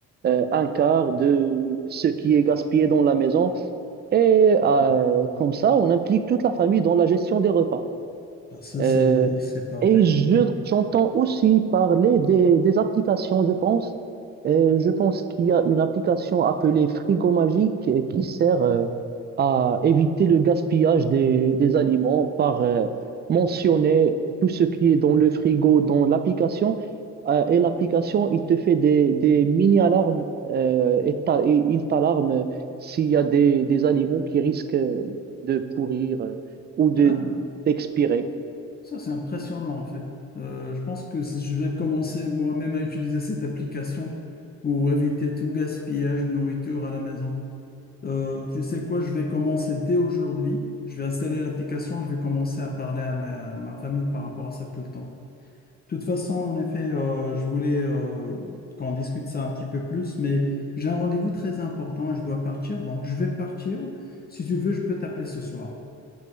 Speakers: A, on the right; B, on the left.
A: euh, un quart de ce qui est gaspillé dans la maison. Et euh, comme ça, on implique toute la famille dans la gestion des repas.
B: Ah, Ça,
A: Euh,
B: c'est, c'est parfait.
A: et je,
B: Oui.
A: j'entends aussi parler des, des applications, je pense. Euh, je pense qu'il y a une application appelée Frigo Magique euh, qui sert euh, à éviter le gaspillage des, des aliments par euh, mentionner tout ce qui est dans le frigo, dans l'application. Euh, et l'application, il te fait des, des mini-alarmes euh, et, t'a- et il t'alarme s'il y a des, des aliments qui risquent euh, de pourrir euh, ou de,
B: Ah oui.
A: d'expirer.
B: Ça, c'est impressionnant, en fait. Euh, je pense que c'est- je vais commencer moi-même à utiliser cette application pour éviter tout gaspillage de nourriture à la maison. Euh, tu sais quoi, je vais commencer dès aujourd'hui. Je vais installer l'application, je vais commencer à parler à ma, ma famille par rapport à ça tout le temps. De toute façon, en effet, euh, je voulais euh, qu'on discute ça un petit peu plus, mais j'ai un rendez-vous très important et je dois partir, donc je vais partir. Si tu veux, je peux t'appeler ce soir.